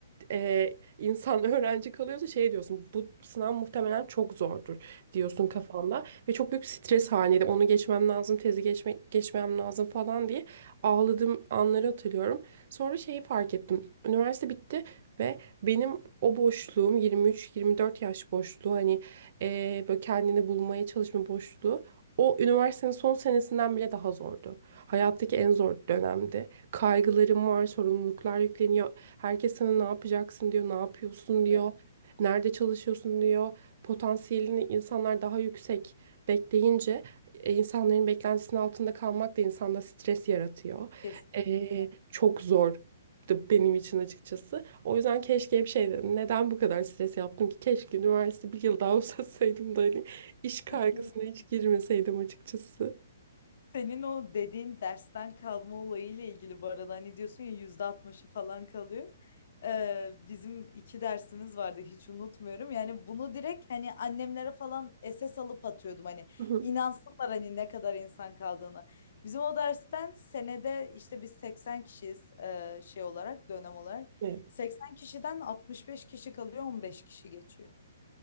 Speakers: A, on the right; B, on the left.
A: e, insan <laughs> öğrenci kalıyorsa şey diyorsun bu sınav muhtemelen çok zordur diyorsun kafanda ve çok büyük stres halindeydim onu geçmem lazım tezi geçme, geçmem lazım falan diye ağladığım anları hatırlıyorum sonra şeyi fark ettim üniversite bitti ve benim o boşluğum 23-24 yaş boşluğu hani e, böyle kendini bulmaya çalışma boşluğu o üniversitenin son senesinden bile daha zordu hayattaki en zor dönemdi kaygılarım var, sorumluluklar yükleniyor. Herkes sana ne yapacaksın diyor, ne yapıyorsun diyor,
B: evet.
A: nerede çalışıyorsun diyor. Potansiyelini insanlar daha yüksek bekleyince e, insanların beklentisinin altında kalmak da insanda stres yaratıyor.
B: Kesinlikle.
A: E, çok zor benim için açıkçası. O yüzden keşke hep şey dedim. Neden bu kadar stres yaptım ki? Keşke üniversite bir yıl daha <laughs> uzatsaydım da hani iş kaygısına
B: <laughs>
A: hiç girmeseydim açıkçası.
B: Senin o dediğin dersten kalma olayıyla ilgili bu arada hani diyorsun ya yüzde altmışı falan kalıyor. Ee, bizim iki dersimiz vardı hiç unutmuyorum. Yani bunu direkt hani annemlere falan SS alıp atıyordum hani
A: Hı hı.
B: inansınlar hani ne kadar insan kaldığını. Bizim o dersten senede işte biz 80 kişiyiz e, şey olarak dönem olarak.
A: Evet,
B: 80 kişiden 65 kişi kalıyor 15 kişi geçiyor.